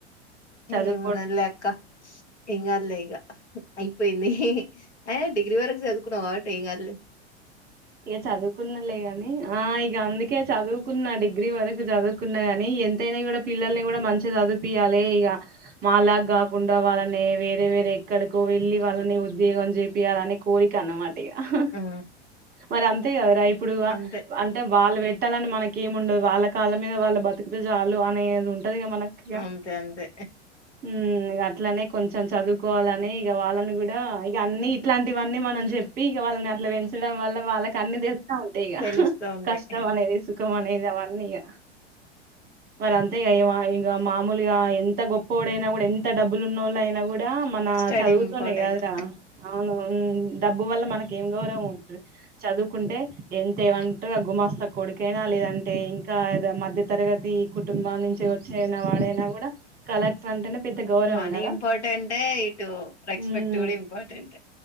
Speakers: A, on the right; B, on the left.
A: చదువుకోడు
B: ఏమున్నదిలే అక్క ఎం గద్లే ఇగ అయిపోయింది ఏ డిగ్రీ వరకు చదువుకున్న కాబట్టి ఏం గాద్లే
A: ఇగ చదుకున్నళ్ళే గాని ఆ ఇగ అందుకే చదువుకున్నా డిగ్ గ్రీ వరకు చదువుకున్న గాని ఎంతైనా గుడా పిల్లల్ని కూడా మంచిగా చదువుపియాలె ఇగ మా లాగ గాకుండా వాళ్ళని వేరే వేరే ఎక్కడికో వెళ్లి వాళ్ళని ఉద్యోగం చేపియాలనే కోరిక అన్నమాట ఆహా
B: ఆ
A: మరి అంతే కదరా ఇప్పుడు ఆ
B: అంతే
A: అంటే వాళ్ళు వెట్టాలని మనక్ కేమి ఉండదు వాళ్ళ కాళ్ళ మీద వాళ్ళ బతికితే చాలు అనేది ఉంట్ టదిగా మనకు ఇగ
B: అంతే అంతే
A: ఊ మ్ ఇగ అట్లనే కొంచెం చదువుకోవాలని ఇగ వాళ్ళని గుడా ఇక అన్ని ఇట్లాంటివన్నీ మనం జెప్పి ఇగ వాళ్ళని అట్లా పెంచు డం వల్ల వాళ్ళకి అన్ని తెలుత్త ఉంటాయి ఇగా
B: తెలుస్తా
A: హా
B: ఉంటాయి
A: కష్టం అనేది సుఖం అనేది అవన్నీ ఇగ మరి అంతే గ ఇగ మా ఇంగ మామూలుగా ఎంత గొప్ప వొడైన గుడా ఎంత డబ్బులు ఉన్న వొళ్ళ అయినా గుడా మన
B: స్టడీ
A: చదువుతోనే
B: ఇంపార్టెంట్
A: గద్ రా అవునవును మ్ డబ్బు వల్ల మనకు ఏం గౌరం చదువుకుంటే ఎంతేమంటారు గుమాస్త కొడుకైనా లేదంటే ఇంకా ఏదో మధ్య తరగతి ఈ కుటుంబం నుంచి చైనా వాడైనా కూడా కలెక్టర్ అంటేనే పెద్ద గౌరవం
B: మాని
A: గదా
B: ఇంపార్టెంటే ఇటు రెస్పెక్ట్
A: హ్మ్.
B: కూడా ఇంపార్టెంటె